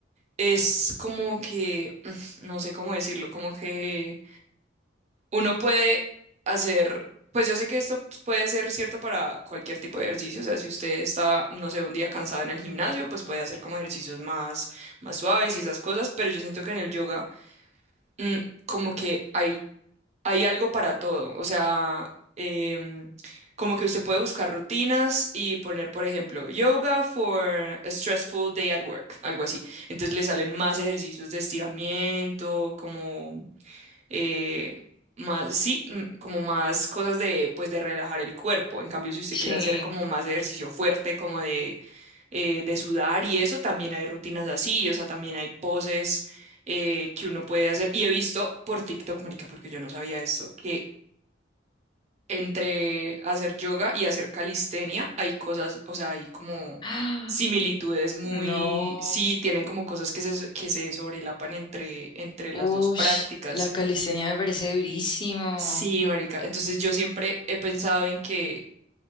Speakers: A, on the right; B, on the left.
A: es como que, <laughs> mm, no sé cómo decirlo, como que uno puede hacer, pues yo sé que esto pues, puede ser cierto para cualquier tipo de ejercicio, o sea, si usted está, no sé, un día cansado en el gimnasio, pues puede hacer como ejercicios más, más suaves y esas cosas, pero yo siento que en el yoga, mm, como que hay hay algo para todo. O sea, em, como que usted puede buscar rutinas y poner, por ejemplo, yoga for a stressful day at work, algo así. Entonces le salen más ejercicios de estiramiento, como eh, más, sí, mm, como más cosas de, pues, de relajar el cuerpo. En cambio, si usted
B: Sí.
A: quiere hacer como más ejercicio fuerte, como de eh, de sudar y eso, también hay rutinas así, o sea, también hay poses eh, que uno puede hacer. Y he visto por TikTok, marica, porque yo no sabía esto, que entre hacer yoga y hacer calistenia hay cosas, o sea, hay como
B: ¡Ah!
A: similitudes muy,
B: No.
A: sí, tienen como cosas que se, que se sobrelapan entre, entre las
B: Ush,
A: dos prácticas.
B: la calistenia me parece durísimo.
A: Sí, marica. Entonces yo siempre he pensado en que